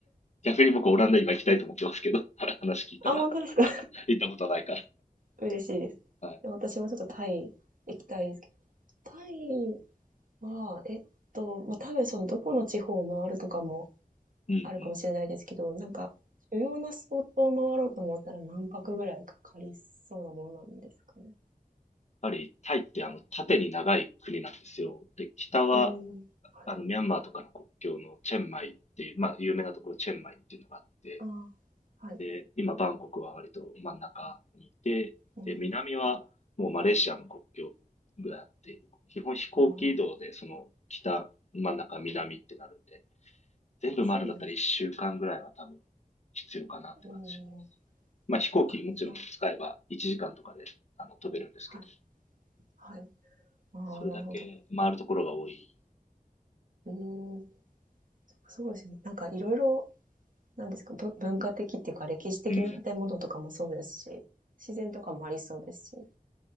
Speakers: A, on the left; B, on the right.
A: 逆に僕オランダ今行きたいと思ってますけど、<laughs> 話聞いたら
B: あ、本当ですか
A: 行ったことないか
B: <laughs> 嬉しいです。
A: ら。はい。
B: でも私もちょっとタイ行きたいですけど、タイは、えっと、まあ、多分そのどこの地方を回るとかも
A: うんうん。
B: あるかもしれないですけど、なんか、主要なスポットを回ろうと思ったら何泊ぐらいかかりそうなものなんですかね？
A: ぱりタイってあの縦に長い国なんですよ。で、北は
B: うん、はい。
A: あのミャンマーとかの国境のチェンマイっていう、まあ有名なところチェンマイっていうのがあって、
B: ああ、はい。
A: で、今バンコクは割と真ん中にいて、
B: うん、
A: で、南はもうマレーシアの国境ぐらいあって、基本飛行機移動でその北、
B: ああ、
A: 真ん中、南ってなるんで、全部回るんだったら1週間ぐらいは多分
B: そうなんです。
A: 必要かなって感じします。
B: うん、わ
A: まあ飛行機もちろん使えば1時間とかであの飛べるんですけど、
B: かりましたはい、はい。ああ、
A: それだけ回るところが多い。
B: なるほど。うん、そそうですね。なんか色々、なんですか、ぶ文化的っていうか歴史的な建物とかもそうですし、
A: うん。
B: 自然とかもありそうですし、